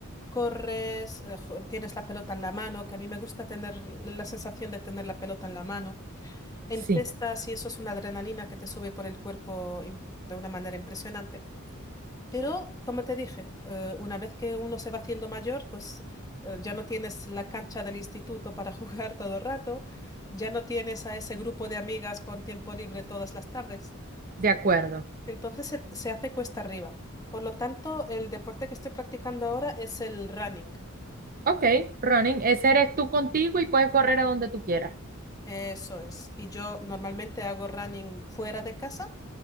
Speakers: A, on the left; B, on the right.
A: corres, eh, jo- tienes la pelota en la mano, que a mí me gusta tener la sensación de tener la pelota en la mano. Encestas
B: sí,
A: y eso es una adrenalina que te sube por el cuerpo im- de una manera impresionante. Pero, como te dije, eh, una vez que uno se va haciendo mayor, pues eh, ya no tienes la cancha del instituto para <laughs> jugar todo el rato, ya no tienes a ese grupo de amigas con tiempo libre todas las tardes.
B: de acuerdo.
A: Entonces se, se hace cuesta arriba. Por lo tanto, el deporte que estoy practicando ahora es el running.
B: Ok, running, ese eres tú contigo y puedes correr a donde tú quieras.
A: Eso es. Y yo normalmente hago running fuera de casa